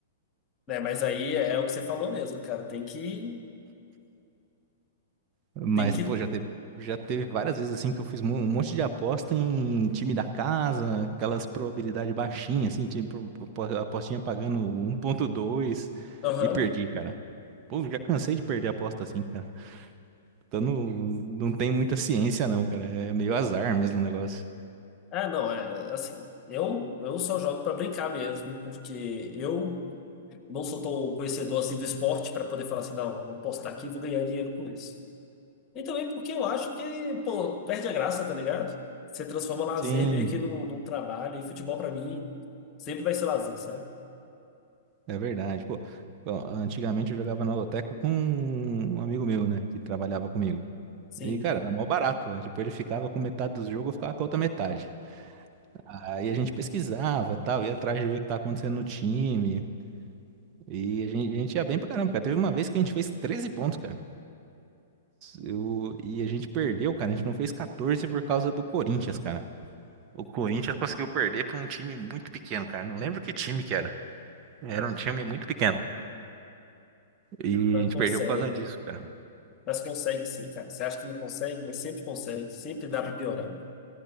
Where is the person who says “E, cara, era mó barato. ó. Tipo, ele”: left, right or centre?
Right